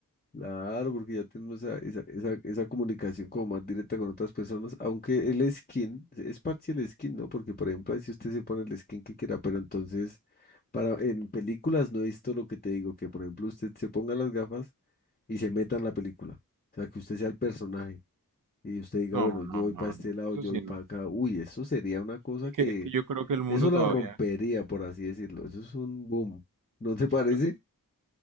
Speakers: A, on the left; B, on the right.
A: Claro, porque ya tenemos esa, esa, esa, esa comunicación como más directa con otras personas, aunque el skin es parte del skin, ¿no? Porque, por ejemplo, ahí si usted se pone el skin que quiera, pero entonces, para, en películas no he visto lo que te digo, que, por ejemplo, usted se ponga las gafas y se meta en la película, o sea, que usted sea el personaje y usted diga,
B: No,
A: bueno,
B: no,
A: yo voy
B: no,
A: para este
B: no.
A: lado,
B: Eso
A: yo
B: sí,
A: voy
B: no.
A: para acá, uy, eso sería una cosa
B: Es
A: que,
B: que, es que yo creo que el mundo
A: eso la
B: todavía,
A: rompería, por así decirlo, eso es un boom, ¿no te parece?
B: yo
A: <laughs>